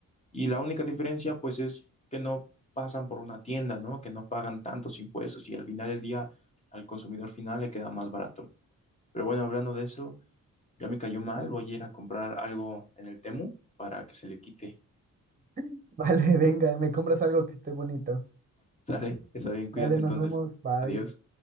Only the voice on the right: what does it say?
<laughs> Vale, venga, me compras algo que esté bonito.
Dale,
nos vemos. Bye.